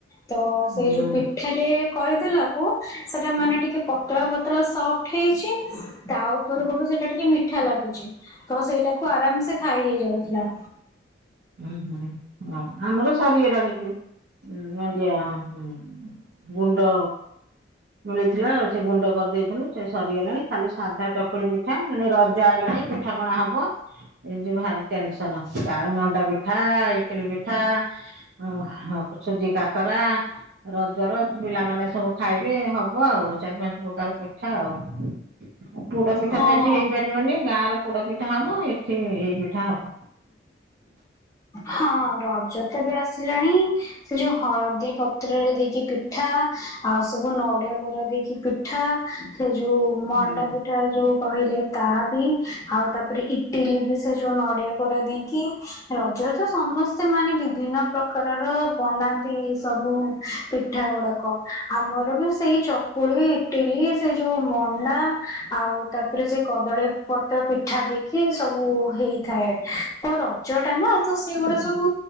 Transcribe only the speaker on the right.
ହଁ
ଉଁ ହୁଁ ହୋଉ ଆମର ସାରିଗଲାଣି ବି ମାଣ୍ଡିଆ ହୁଁ ଗୁଣ୍ଡ ମିଳିଥିଲା ଆଉ ସେ ଗୁଣ୍ଡ କରିଦେଇଥିନି ସେ ସରିଗଲାଣି ଖାଲି ସାଧା ଚକୁଳି ପିଠା ଏଣେ ରଜ ଆଇଲାଣି ପିଠାପଣା ହବ ଏଇ ଯୋଉ ଭାରି ଟେନ୍ସନ୍ ତାର ମଣ୍ଡା ପିଠା ଇଟିଲି ପିଠା ଓ ହଁ ସୁଜି କାକରା ରଜର ପିଲାମାନେ ସବୁ ଖାଇବେ ହବ ଆଉ ଚାରି ପାଞ୍ଚ ପ୍ରକାର ପିଠା ଆଉ ଆଉ ପୋଡ଼ପିଠା
ତ ଏଠି ହେଇପାରିବନି ଗାଁ ର ପୋଡ଼ପିଠା ହବ ଏଠି ଏଇ ପିଠା ହବ
ହୁଁ